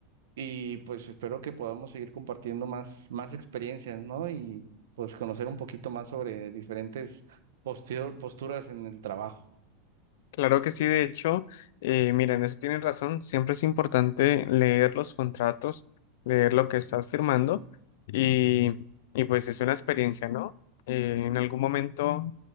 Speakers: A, on the right; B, on the left.
A: y pues espero que podamos seguir compartiendo más, más experiencias, ¿no? Y pues conocer un poquito más sobre diferentes postio- posturas en el trabajo.
B: Claro que sí, de hecho, eh, mira, en eso tienen razón. Siempre es importante leer los contratos, leer lo que estás firmando y, y pues es una experiencia, ¿no? Eh, en algún momento,